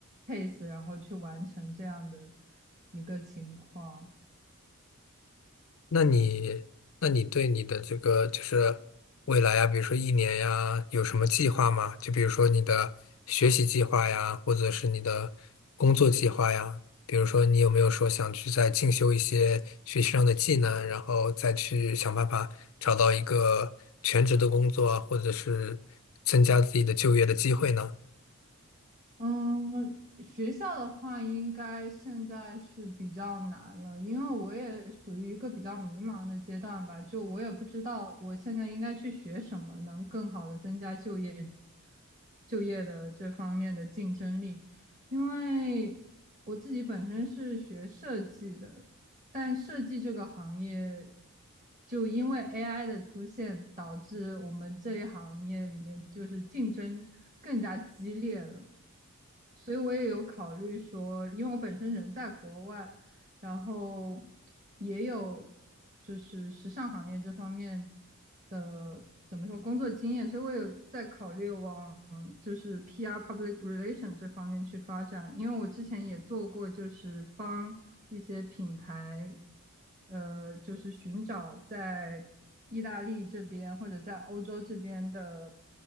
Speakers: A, on the right (about 35°); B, on the left (about 65°).
A: case，然后去完成这样的一个情况。
B: 那你，那你对你的这个就是未来呀，比如说一年呀，有什么计划吗？就比如说你的学习计划呀，或者是你的工作计划呀。比如说，你有没有说想去再进修一些学习上的技能，然后再去想办法找到一个全职的工作啊，或者是增加自己的就业的机会呢？
A: 嗯，学校的话，应该现在是比较难了，因为我也属于一个比较迷茫的阶段吧，就我也不知道我现在应该去学什么，能更好的增加就业就业的这方面的竞争力，因为我自己本身是学设计的，但设计这个行业，就因为 AI 的出现，导致我们这一行业里面就是竞争更加激烈了。所以我也有考虑说，因为我本身人在国外，然后也有就是时尚行业这方面的怎么说工作经验，所以我有在考虑往就是 PR public relation 这方面去发展，因为我之前也做过，就是帮一些品牌，呃，就是寻找在意大利这边或者在欧洲这边的